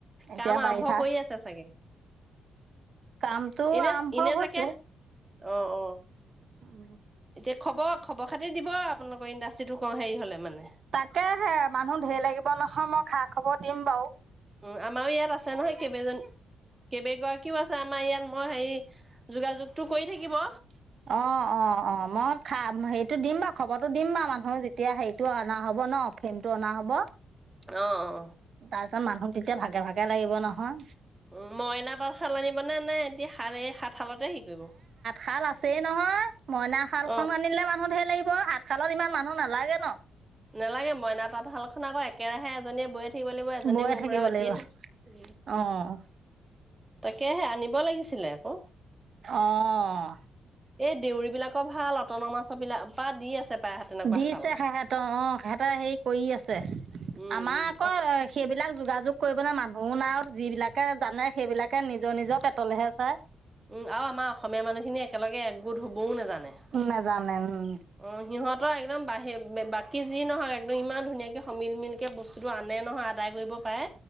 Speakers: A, on the right (about 55°); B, on the right (about 20°).
A: এতিয়া
B: কাম আৰম্ভ
A: বাৰিষা
B: কৰি আছে চাগে।
A: কামটো
B: এনেই
A: আৰম্ভ
B: এনেই
A: হৈছে
B: চাগে অ অ।
A: <unintelligible>
B: এতিয়া খবৰ খবৰ খাতি দিব আপোনালোকৰ ইণ্ডাষ্ট্ৰিটো কওঁ হেৰি হ'লে মানে।
A: তাকেহে মানুহ ধেৰ লাগিব নহয় মই খা খবৰ দিম বাৰু।
B: উ আমাৰো ইয়াত আছে নহয় কেইবে জনী কেইবগৰাকীও আছে আমাৰ ইয়াত মই হেৰি যোগাযোগটো কৰি থাকিব।
A: <inaudible> অ অ অ মই খা হেৰিটো দিম বাৰু খবৰটো দিম বাৰু মানুহ যেতিয়া হেৰিটো অনা হব ন। অ ফোনটো অনা হব।
B: অ অ
A: তাৰপিছত মানুহ তেতিয়া ভাগে ভাগে লাগিব নহয়।
B: উ মইনা তাতশাল আনিবা নে এতিয়া এই সাতশালতে শিকিব।
A: হাল আছেই নহয় মইনা হালখন
B: অ
A: আনিলে মানুহ ধেৰ লাগিব হাতশালত ইমান মানুহ নালাগে ন।
B: নালাগে মইনা তাঁতশালখন আকৌ একেৰাহে এজনীয়ে বৈয়ে থাকিব লাগিব এজনীয়ে
A: বৈয়ে
B: মুহুৰা বাতিয়ে
A: লাগিব
B: থাকিব উ
A: অ',
B: তাকেহে আনিব লাগিছিলে আকৌ।
A: অ',
B: এই দেউৰী বিলাকৰ ভাল অটন মাছ বিলাক বা দি আছে। প্ৰায় তেনেকুৱা
A: দিছে
B: শাল
A: খা হেত অ হেতহ হেৰি কৰি আছে।
B: উম
A: আমাৰ
B: উম
A: আকৌ সেইবিলাক যোগাযোগ কৰিব ন মানুহ নাই। যিবিলাকে জানে সেইবিলাকে নিজৰ নিজৰ পেটলেহে চাই।
B: উম আৰু আমাৰ অসমীয়া মানুহখিনি একেলগে একগোট হ'ব। বৌও নেযানে অ
A: নেজানে উম
B: সিহঁতৰ একদম বাহি সেই বাকী যি নহওক একদম ইমান ধুনীয়াকৈ সমিল মিলকৈ বস্তুটো আনে নহয় আদায় কৰিব পাৰে।